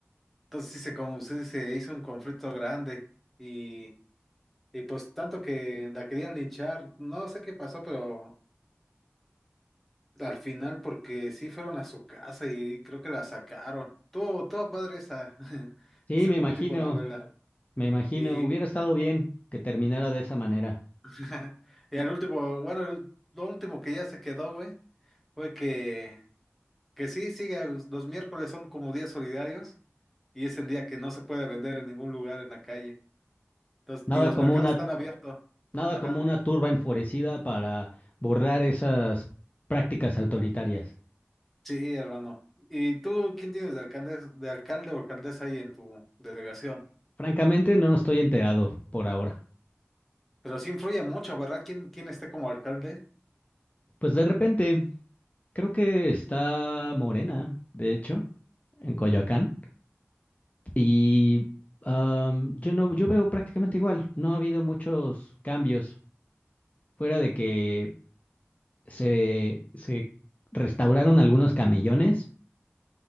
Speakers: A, in the centre; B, on the left.
A: Entonces sí se, como, sí se hizo un conflicto grande y, y pues tanto que la querían linchar, no sé qué pasó, pero al final porque sí fueron a su casa y creo que la sacaron. Todo, todo padre esa, <laughs>
B: Sí,
A: esa
B: me imagino,
A: como tipo novela.
B: me imagino,
A: Y,
B: hubiera estado bien que terminara de esa manera.
A: <laughs> y al último, bueno, el- lo último que ya se quedó, güey, fue que, que sí, sigue, los miércoles son como días solidarios y es el día que no se puede vender en ningún lugar en la calle. Entonces,
B: Nada
A: ni los
B: como
A: mercados
B: una,
A: están abiertos.
B: nada
A: Ajá.
B: como una turba enfurecida para borrar esas prácticas autoritarias.
A: Sí, hermano. ¿Y tú quién tienes de alcalde, de alcalde o alcaldesa ahí en tu delegación?
B: Francamente, no estoy enterado por ahora.
A: Pero sí influye mucho, ¿verdad? ¿Quién, quién esté como alcalde?
B: Pues de repente, creo que está Morena, de hecho, en Coyoacán. Y am, yo no, yo veo prácticamente igual. No ha habido muchos cambios. Fuera de que se, se restauraron algunos camellones,